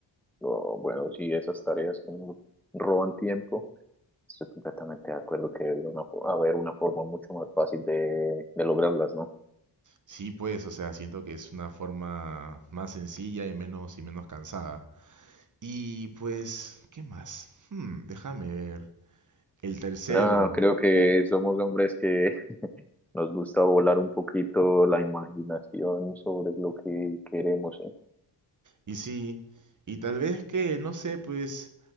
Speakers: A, in the centre; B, on the right.
A: lo- bueno, sí, esas tareas que nos roban tiempo. Estoy completamente de acuerdo que debe una haber una forma mucho más fácil de, de lograrlas, ¿no?
B: Sí, pues, o sea, siento que es una forma más sencilla y menos y menos cansada. Y pues, ¿qué más? Hmm, déjame ver. El tercero.
A: No, creo que somos hombres que <laughs> nos gusta volar un poquito la imaginación sobre lo que queremos, ¿eh?
B: Y sí, y tal vez que, no sé, pues,